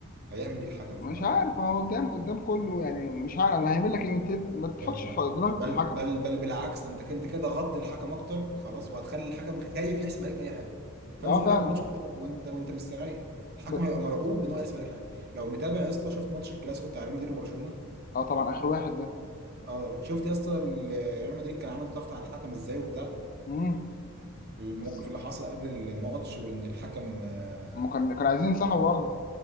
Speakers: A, on the right; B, on the left.
A: هيعمل ايه الحكم
B: مش
A: في الملعب
B: عارف هو قدام قدام كله يعني مش عارف انا هيعمل لك ايه انت ما تحطش
A: خايف معاك
B: دماغك
A: بل
B: في الحكم
A: بل بل بالعكس ده انت كنت كده غطي الحكم اكتر خلاص وهتخلي الحكم خايف يحسب عليك اي حاجه فانزل
B: اه
A: العب
B: فعلا
A: ماتش وانت وانت, وانت مستريح الحكم
B: ب...
A: هيبقى مرعوب ان هو يحسب عليك حاجه لو متابع يا اسطى شفت ماتش الكلاسيكو بتاع ريال مدريد وبرشلونه
B: اه طبعا اخر واحد ده
A: اه شفت يا اسطى ال- ريال مدريد كان عامل ضغط على الحكم ازاي وبتاع
B: امم
A: الموقف
B: بس
A: اللي حصل قبل الماتش وان الحكم آه،
B: ما كان كان عايزين ينسحبوا برضه